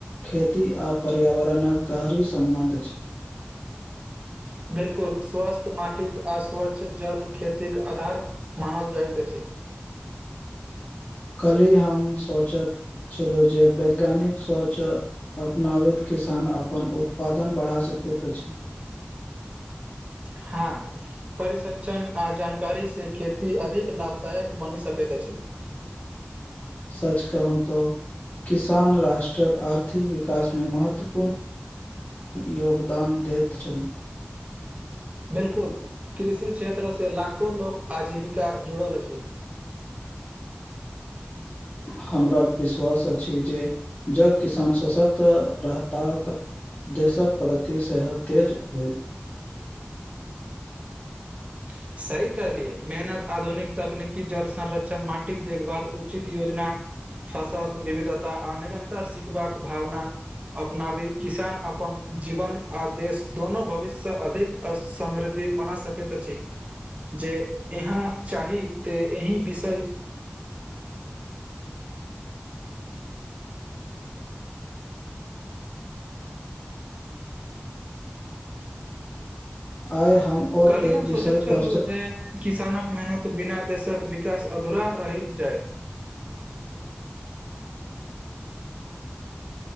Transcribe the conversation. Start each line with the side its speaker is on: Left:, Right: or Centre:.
Left: खेती आ पर्यावरणक गहरी सम्बन्ध अछि
Right: <inaudible> बिल्कुल स्वास्थ माटिक अस्वच्छ जल खेती के आधार मानल जाइत अछि <unintelligible>
Left: काल्हि हम सोचैत छलहुँ जे वैज्ञानिक सोच अपनाबैत किसान अपन उत्पादन बढ़ा सकैत अछि
Right: <unintelligible> हां परिसज्जन आ जानकारी से खेती अधिक लाभदायक बनि सकैत अछि <inaudible>
Left: सच कहू तऽ किसान राष्ट्रक आर्थिक विकासमे महत्वपूर्ण योगदान दैत छथि
Right: बिल्कुल कृषि क्षेत्र से लाखो लोक आजीविका जुड़ल अछि <inaudible> <inaudible>
Left: हमरा विश्वास अछि जे जऽ किसान सशक्त रहता तऽ देशक प्रगति सेहत तेज होयत
Right: <inaudible> सही कहलियै मेहनत आधुनिक तकनीकी जल संरक्षण माटिक देखभाल उचित योजना फसल विविधता आर निरन्ता सिखबाक भावना अपनाबी किसान अपन जीवन आ देश दोनो भविष्य अधिक समृद्धि बना सकैत जे यहाँ चाही तऽ एहि विषय <inaudible>
Left: आइ हम और
Right: कहली
Left: एक
Right: हम
Left: विषय
Right: सोचैत छलु
Left: पर च-
Right: जे किसानक मेहनत बिना दे क विकास अधूरा रहि जायत